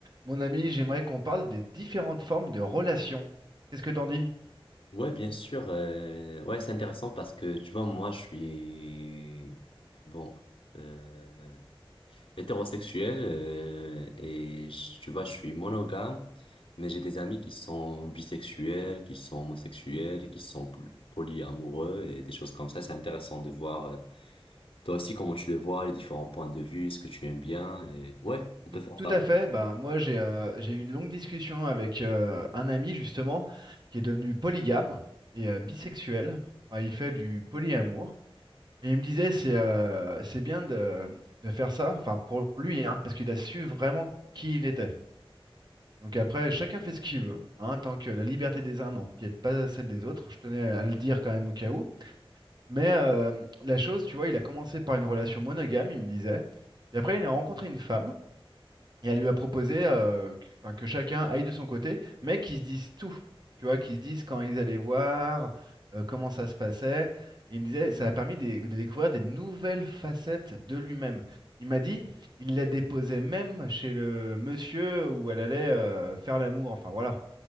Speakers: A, on the right (about 45°); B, on the left (about 70°).
A: Mon ami, j'aimerais qu'on parle des différentes formes de relations. Qu'est-ce que t'en dis?
B: Ouais, bien sûr. euh, ouais, c'est intéressant parce que tu vois, moi, je suis bon euh, hétérosexuel euh, et je- tu vois, je suis monogame, mais j'ai des amis qui sont bisexuels, qui sont homosexuels, et qui sont poly- polyamoureux et des choses comme ça. C'est intéressant de voir euh, toi aussi comment tu les vois, les différents points de vue, ce que tu aimes bien. Et ouais, on
A: Tout,
B: peut faire
A: tout
B: ça.
A: à fait. Bah, moi, j'ai euh, j'ai eu une longue discussion avec euh, un ami, justement, qui est devenu polygame et euh, bisexuel. Enfin, il fait du polyamour. Et il me disait, c'est euh, c'est bien de, de faire ça, enfin, pour lui, hein, parce qu'il a su vraiment qui il était. Donc après, chacun fait ce qu'il veut, hein, tant que la liberté des uns n'empiète pas celle des autres. Je tenais à le dire quand même au cas où. Mais euh, la chose, tu vois, il a commencé par une relation monogame, il me disait. Et après, il a rencontré une femme et elle lui a proposé euh, que, enfin, que chacun aille de son côté, mais qu'ils se disent tout. Tu vois, qu'ils se disent quand ils allaient voir, euh, comment ça se passait. Et il me disait, ça a permis des- de découvrir des nouvelles facettes de lui-même. Il m'a dit, il la déposait même chez le monsieur où elle allait euh, faire l'amour. Enfin voilà.